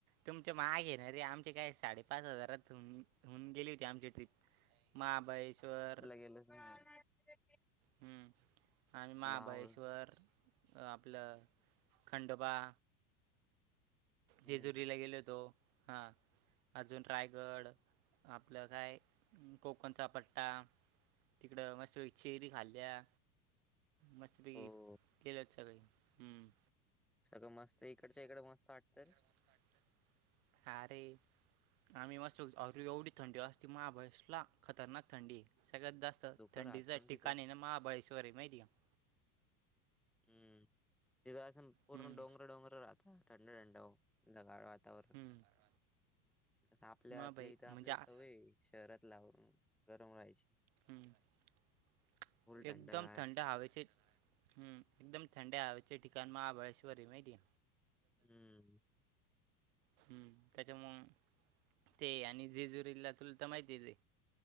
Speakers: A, on the right (about 60°); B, in the centre.
A: तुमच्या मागे ना रे आमचे काय साडेपाच हजारात. तुमं होऊंन गेली होती आमची ट्रिप महाबळेश्वर
B: गेलतं <unintelligible> <unintelligible>
A: हं आम्हीं महाबळेश्वर
B: मला आवडत
A: आपलं खंडोबां
B: हं.
A: जेजुरीलां गेलो होतो हां अजूंन रायगड आपलं कायं अं कोकणच्या पट्टा तिकडं मस्तं चेरी खाल्ल्यां. मस्तंपैकी
B: हो,
A: केलेच सगळे हं.
B: सगळं मस्तं इकडच्यां इकडं मस्तं वाटतं रे.
A: मस्तं वाटतं हां रे आम्हीं मस्तं अरे एवढी थंडी वाजते महाबळेश्वरला खतरनांक थंडी आहे सगळ्यांत जास्तं थं
B: धुकं
A: थंडीच
B: राहतं ना
A: ठिकाणं
B: तिथं.
A: आहे नां महाबळेश्वर आहे माहिती आहे कां
B: हम्मं तिथं असं पूर्ण
A: हम्म
B: डोंगर डोंगर राहातं थंड थंड थंडगार वातांवरण
A: हम्म
B: असं आपल्यां
A: महाबाई
B: आपल्यां इथं
A: म्हणजे
B: आपल्यांला
A: आ-
B: सवयं आहे. शहरांत लावूंन गरमं हवेची.
A: हम्मं
B: थंडगार.
A: एकदंम थंड हवेचे हम्मं एकदंम थंड हवेचे ठिकांण महाबळेश्वर आहे माहितीये
B: हम्मं
A: हम्मं त्यांच्यामुळे ते आणि जेजुरीला तुलां तरं माहितीचं आहे.